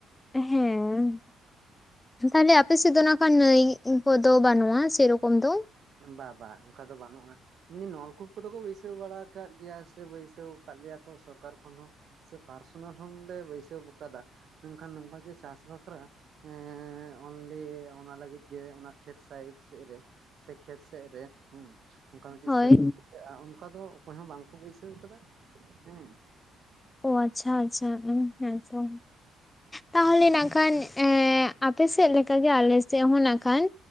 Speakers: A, on the left; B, on the right.
A: ᱦᱮᱸ᱾ ᱛᱟᱦᱞᱮ ᱟᱯᱮ ᱥᱮᱫ ᱫᱚ ᱱᱟᱜ ᱠᱷᱟᱱ ᱱᱟᱹᱭ ᱠᱚᱫᱚ ᱵᱟᱹᱱᱩᱜᱼᱟ ᱥᱮᱨᱚᱠᱚᱢ ᱫᱚ?
B: ᱵᱟ ᱵᱟᱝ ᱚᱱᱠᱟ ᱫᱚ ᱵᱟᱹᱱᱩᱜᱼᱟ᱾ ᱮᱢᱱᱤ ᱱᱚᱞᱠᱩᱯ ᱠᱚᱫᱚ ᱠᱚ ᱵᱟᱹᱭᱥᱟᱹᱣ ᱵᱟᱲᱟ ᱟᱠᱟᱫ ᱜᱮᱭᱟ ᱥᱮ ᱵᱟᱹᱭᱥᱟᱹᱣ ᱟᱠᱟᱫ ᱞᱮᱭᱟ ᱠᱚ ᱥᱚᱨᱠᱟᱨ ᱠᱷᱚᱱ ᱦᱚᱸ ᱥᱮ ᱯᱟᱨᱥᱚᱱᱟᱞ ᱦᱚᱸ ᱞᱮ ᱵᱟᱹᱭᱥᱟᱹᱣ ᱟᱠᱟᱫᱟ ᱢᱮᱱᱠᱷᱟᱱ ᱱᱚᱝᱠᱟ ᱡᱮ ᱪᱟᱥ ᱵᱟᱥ ᱵᱟᱠᱷᱨᱟ ᱦᱮᱸ ᱚᱱᱞᱤ ᱚᱱᱟ ᱞᱟᱹᱜᱤᱫ ᱜᱮ ᱚᱱᱟ ᱠᱷᱮᱛ ᱥᱟᱭᱤᱰ ᱥᱮᱫ ᱨᱮ᱾ ᱥᱮ ᱠᱷᱮᱛ ᱥᱮᱫ ᱨᱮ ᱦᱩᱸ ᱚᱱᱠᱟ ᱢᱤᱫᱴᱤᱡ
A: ᱦᱳᱭ
B: <unintelligible> ᱚᱱᱠᱟ ᱫᱚ ᱚᱠᱚᱭ ᱦᱚᱸ ᱵᱟᱝᱠᱚ ᱵᱟᱹᱭᱥᱟᱹᱣ ᱟᱠᱟᱫᱟ ᱦᱮᱸ᱾
A: ᱚᱻ ᱟᱪᱪᱷᱟ ᱟᱪᱪᱷᱟ ᱩᱸ ᱦᱮᱸ ᱛᱚ᱾ ᱛᱟᱦᱚᱞᱮ ᱱᱟᱜᱠᱷᱟᱱ ᱮᱸ ᱟᱯᱮ ᱥᱮᱫ ᱞᱮᱠᱟᱜᱮ ᱟᱞᱮ ᱥᱮᱫ ᱦᱚᱸ ᱱᱟᱜᱠᱷᱟᱱ